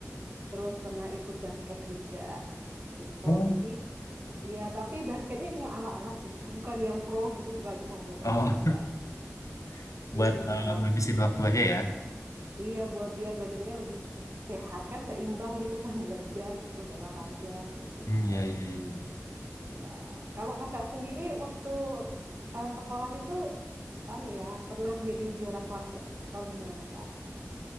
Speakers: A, on the right (about 45°); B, on the left (about 85°).
A: terus pernah ikut basket juga gitu.
B: Oh.
A: Jadi ya tapi basketnya cuma ala-ala sih, <laughs> bukan yang pro gitu, nggak cuma buat
B: Oh.
A: olahraga aja
B: <laughs>
A: gitu
B: Buat eh,
A: Kak.
B: ngabisin waktu aja ya.
A: Iya buat biar badannya lebih sehat kan seimbang gitu kan <laughs> belajar terus olahraga kayak gitu.
B: Hmm, ya, ya, ya. ya.
A: Iya, kalau kakak sendiri waktu eh, sekolah itu anu ya pernah jadi juara kelas ya atau gimana kak?